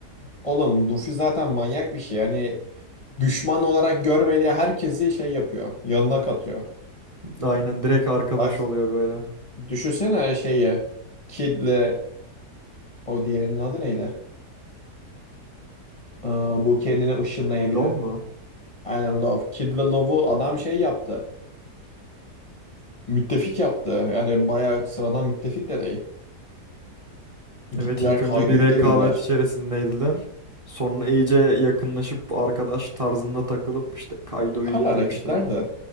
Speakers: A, on the left; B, on the right.
A: Oğlum Luffy zaten manyak bir şey. Yani düşman olarak görmediği herkesi şey yapıyor. Yanına katıyor.
B: Aynen direkt arkadaş
A: Bak
B: oluyor böyle.
A: düşünsene şeyi. Kid'le o diğerinin adı neydi? Ee, bu kendini ışınlayabilen.
B: LOL mu?
A: Aynen Love. Kid'le Love'u adam şey yaptı. Müttefik yaptı. Yani bayağı sıradan müttefik de değil. Gittiler
B: Evet ilk
A: Kaido'yu
B: önce bir rekabet
A: devirdiler.
B: içerisindeydiler. Sonra iyice yakınlaşıp arkadaş tarzında takılıp işte Kaido'yu
A: Hala
B: indirmişlerdi.
A: rakipler de.